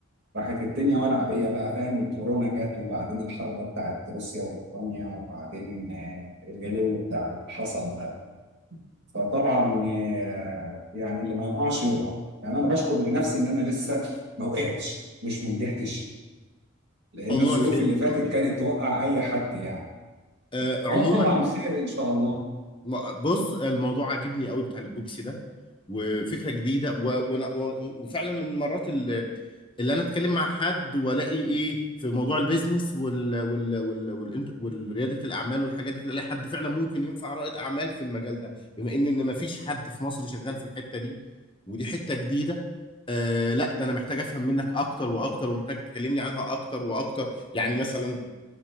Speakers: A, on the right; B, on the left.
A: راحت الدنيا ولع بيا بقى فاهم الكورونا جت وبعدين الحرب بتاعت روسيا وأوكرانيا وبعدين آه، الغلو بتاع اللي حصل ده فطبعا آه، يعني اللي ما يقعش يقع يعني أنا بشكر لنفسي إن أنا لسه ما وقعتش مش ما نجحتش لأن
B: عموما
A: الظروف
B: خير
A: اللي
B: ان
A: فاتت
B: شاء الله
A: كانت توقع أي حد يعني
B: آه عموما
A: أه طبعا خير إن شاء الله
B: ما- بص الموضوع عاجبني قوي بتاع الايبوكسي ده وفكره جديده و... وأنا- و... وفعلا من المرات اللي, اللي انا اتكلم مع حد والاقي ايه في موضوع البيزنس وال... وال... وال... وال... والرياده الاعمال والحاجات دي كده الاقي حد فعلا ممكن ينفع رائد اعمال في المجال ده بما ان ان مفيش حد في مصر شغال في الحته دي ودي حته جديده آه لا ده انا محتاج افهم منك اكتر واكتر ومحتاج تكلمني عنها اكتر واكتر يعني مثلا